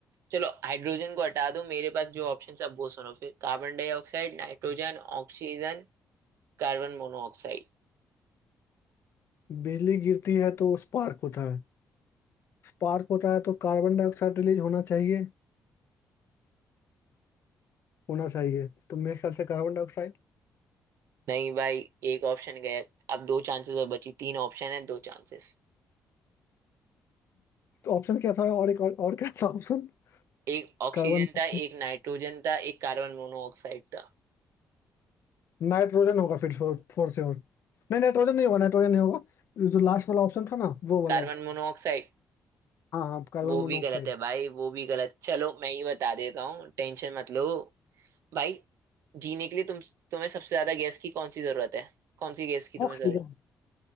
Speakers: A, on the right; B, on the left.
A: चलो हाइड्रोजन को हटा दो मेरे पास जो ऑप्शन है अब वो सुनो फिर कार्बन डाइऑक्साइड नाइट्रोजन ऑक्सीजन कार्बन मोनोऑक्साइड
B: बिजली गिरती है तो स्पार्क होता है स्पार्क होता है तो कार्बन डाइऑक्साइड रिलीज होना चाहिए होना चाहिए तो मेरे ख्याल से कार्बन डाइऑक्साइड
A: नहीं भाई एक ऑप्शन गया अब दो चांसेस और बची तीन ऑप्शन है दो चांसेस
B: तो ऑप्शन क्या था और एक और, और क्या था ऑप्शन
A: एक ऑक्सीजन
B: Carbon dioxide
A: था एक नाइट्रोजन था एक कार्बन मोनोऑक्साइड था
B: नाइट्रोजन होगा फिर फोर, फोर से और नहीं नाइट्रोजन नहीं होगा नाइट्रोजन नहीं होगा ये जो लास्ट वाला ऑप्शन था ना वो वाला
A: कार्बन मोनोऑक्साइड
B: हाँ हाँ कार्बन
A: वो
B: मोनोऑक्साइड
A: भी गलत है भाई वो भी गलत चलो मैं ही बता देता हूँ टेंशन मत लो भाई जीने के लिए तुम तुम्हें सबसे ज्यादा गैस की कौन सी जरूरत है कौन सी गैस की तुम्हें
B: ऑक्सीजन
A: जरूरत